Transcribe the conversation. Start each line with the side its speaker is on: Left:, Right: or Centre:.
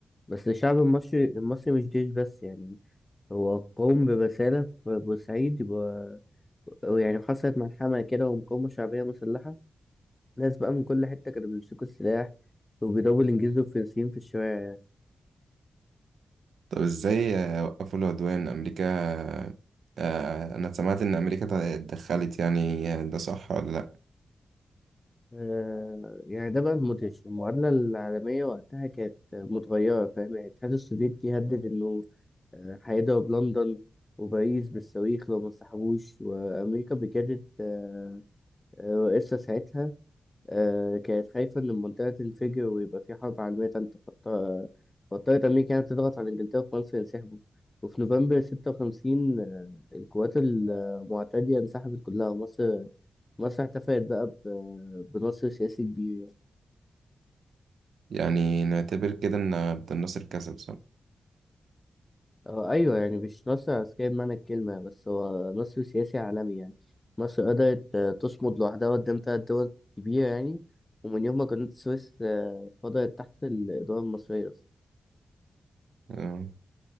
Left: بس الشعب المصري المصري مش جيش بس يعني هو قوم برساله في بورسعيد يبقى يعني حصلت ملحمه كده ومقاومه شعبيه مسلحه ناس بقى من كل حته كانوا بيمسكوا السلاح وبيضربوا الانجليز والفرنسيين في الشوارع
Right: طب ازاي آه، وقفوا العدوان أمريكا آه، أنا سمعت إن أمريكا تع- اتدخلت يعني آه، ده صح ولا لأ
Left: آه، يعني ده بقى المدهش المعادلة العالمية وقتها كانت متغيرة فاهم يعني الاتحاد السوفيتي هدد إنه آه، هيضرب لندن وباريس بالصواريخ لو ما انسحبوش وأمريكا بجدت آه، آه، رئيسها ساعتها آه، كانت خايفة إن المنطقة تنفجر ويبقى في حرب عالمية تالتة فاضطر- فاضطرت أمريكا يعني تضغط على إنجلترا وفرنسا ينسحبوا وفي نوفمبر ستة وخمسين آه، القوات المعتدية انسحبت كلها ومصر مصر احتفلت بقى ب- بنصر سياسي كبير
Right: يعني نعتبر كده إن عبد الناصر كسب صح؟
Left: آه، أيوه يعني مش نصر عسكري بمعنى الكلمة بس هو نصر سياسي عالمي يعني مصر قدرت آه، تصمد لوحدها قدام تلات دول كبيرة يعني ومن يوم ما كانت السويس آه، فضلت تحت الإدارة المصرية أصلا
Right: آه.